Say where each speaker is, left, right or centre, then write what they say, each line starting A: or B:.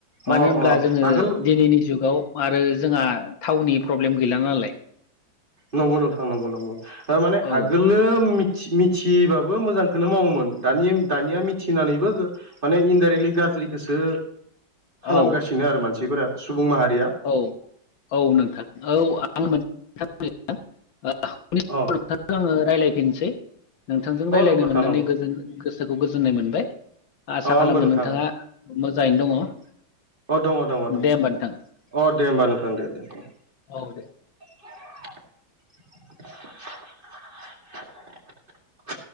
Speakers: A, on the left; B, on the right.
A: मानो
B: अ
A: होनब्ला
B: अ
A: जोङो
B: आगोल
A: दिनैनि जुगाव आरो जोंहा थावनि प्रब्लेम गैला नालाय।
B: नंगौ नथां नंगौ नंगौ ओ माने
A: औ
B: आगोलो मिथिबाबो मोजांखौनो मावोमोन दानिया दानिया मिथिनानैबो माने इनडरेक्टलि गाज्रिखौसो खालामगासिनो
A: औ
B: आरो मानसिफोरा सुबुं माहारि
A: औ औ नोंथां औ आं मोनसेथ नोंथांजों
B: अ
A: आङो रायज्लायफिनसै नोंथांजों रायज्लायनो
B: अ नंगौ नोंथां
A: मोननानै
B: नंगौ
A: गोजोन गोसोखौ गोजोननाय मोनबाय। आसा
B: अ
A: खालामो
B: आंबो नोंथां
A: नोंथाङा मोजाङैनो दङ।
B: अ अ दङ दङ
A: दे होमबा नोंथां।
B: अ दे होमबा नोंथां दे दे दे।
A: औ दे
B: <inaudible>